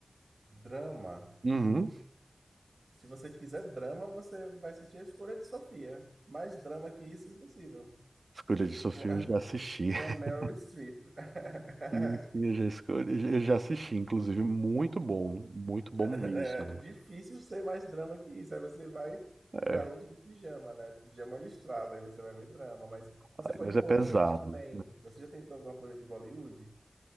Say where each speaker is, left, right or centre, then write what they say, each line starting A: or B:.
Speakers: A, on the right (about 65°); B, on the right (about 90°).
A: Drama.
B: Uhum.
A: Se você quiser drama, você vai assistir A Escolha de Sofia. Mais drama que isso, impossível.
B: Escolha de Sofia
A: Com a,
B: eu já assisti.
A: com
B: <laughs>
A: a Meryl Streep. <laughs>
B: Sim, sim, eu já escolhi, eu já assisti, inclusive, muito bom, muito bom
A: É
B: mesmo.
A: difícil ser mais drama que isso. Aí você vai
B: É.
A: pro garoto de pijama, né? Pijama listrado, aí você vai ver drama. Mas você
B: Ai,
A: pode
B: mas
A: ir
B: é
A: pro
B: pesado.
A: Oriente também. Você já tentou alguma coisa de Bollywood?